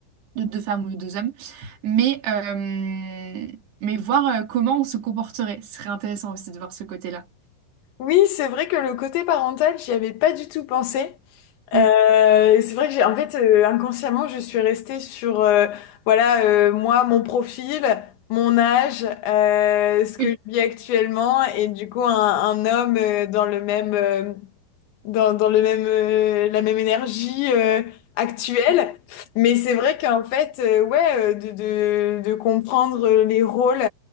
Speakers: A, on the right (about 70°); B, on the left (about 85°).
A: de deux femmes ou de deux hommes, mais euh, mais voir euh, comment on se comporterait, ce serait intéressant aussi de voir ce côté-là.
B: Oui, c'est vrai que le côté parental, j'y avais pas du tout pensé.
A: Mm.
B: Euh, c'est vrai que j'ai, en fait, euh, inconsciemment, je suis restée sur, euh, voilà, euh, moi, mon profil, mon âge, euh, ce que
A: Oui.
B: je vis actuellement, et du coup, un, un homme euh, dans le même, euh, dans, dans le même, euh, la même énergie euh, actuelle. Mais c'est vrai qu'en fait, euh, ouais, euh, de, de, de comprendre les rôles